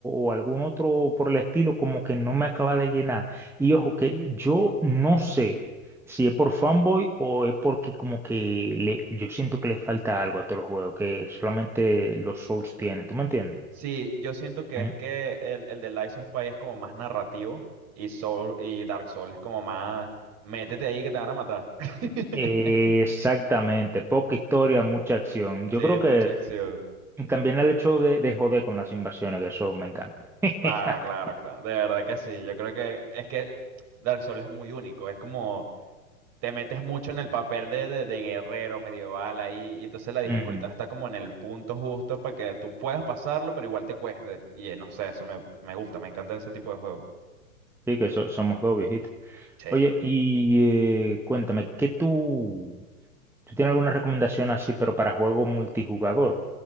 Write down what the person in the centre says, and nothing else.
o algún otro por el estilo, como que no me acaba de llenar. Y ojo, que yo no sé si es por fanboy o es porque como que le, yo siento que le falta algo a todos los juegos, que solamente los Souls tienen, ¿tú me entiendes?
¿Mm?
Exactamente, poca historia, mucha acción. Yo
creo
que
también el hecho de, de joder con las invasiones, que eso me encanta. <laughs>
Ujú.
Sí, que so- somos dos viejitos.
Oye, y eh, cuéntame, ¿qué tú, ¿Tú tienes alguna recomendación así, pero para juego multijugador?